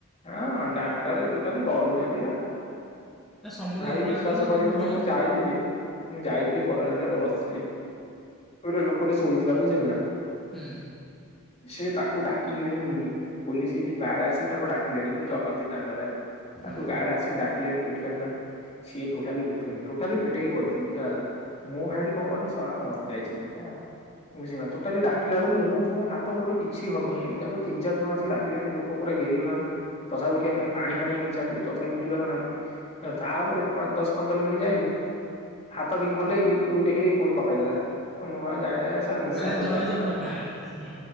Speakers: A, on the left; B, in the centre.
A: ହଁ ଦାଣ୍ଡରେ ଟୋଟାଲି ଗଡ଼ୁଚନ୍ତି ପା।
B: ନା ସମୁଦ୍ର
A: ଭାଇ
B: କୂଳରେ
A: ବିଶ୍ଵାସ
B: ତ ଲୋକ
A: କରିବୁନୁ
B: ବୁଲୁଛନ୍ତି
A: ମୁଁ ଯାଇଥିଲି ମୁଁ ଯାଇଥିଲି ବଡ ଦାଣ୍ଡରେ ବସିଲି। ଗୋଟେ ଲୋକଟେ ଶୋଇଥିଲା ବୁଝିଲ ନାଁ
B: ହୁଁ
A: ସିଏ ତା ଧକୁ ଡାକିଲିନେଇ ପୋଲିସ କି ବାଡ ଆସିକି ତାକୁ ଡା କିଲେଣି ଯେ ଜଗନ୍ତି ଦାଣ୍ଡରେ ହେଲା
B: ହୁଁ
A: ତାକୁ ଗାଡ ଆସିକି ଡା କିଲେଣି ଉଠିବା ପାଇଁ ସିଏ ଟୋଟାଲି ଉଠୁନି ଟୋଟାଲି ପେଟେଇକି ପଡିଚି ନିଜଆଦା। ମୁଁ ଭାବିଲି କଣ କହନି ସଳା ମରଯାଇଚି ସେଟା ଆଉ। ବୁଝିଲ ନା ଟୋଟାଲି ଡାକିଲା ଅଳୁକୁ ଉଠ୍ ରଟୁଁ ହାତ ଗୋଡ଼ କିଛି ହଲଉନେଇ ତାକୁ ତିିନ ଚାର ଜଣ ଆସିକି ଡାକିଲାଣି ଲୋକ ପୁରା ଘେରିଗଲେଣି। ତଥାପି ଉଠିବାର ନାହିଁ। ପାଣି ଫାଣି ଆଣିକି ଛାଟିଲି ତଥାପି ଉଠିବାର ନାହିଁ। ହା ତାପରେ ପାଁ ଦଶ ପନ୍ଦର ମିଣ୍ଟି ଯାଇନି ହାତ ଟିକେ ହଲେଇକି ଉପୁରୁକୁ ଟେକିଦେଇକି ଦେଇ ପୁଣି ପକେଇଦେଲା। ମୁଁ ଆଉ ଜାଣିବା ଯେ ସା ନିଶା
B: କହିଲା
A: ଟୋଟାଲି
B: ଜୟ ଜଗନ୍ନାଥ
A: ଆଉ
B: ହୁଁ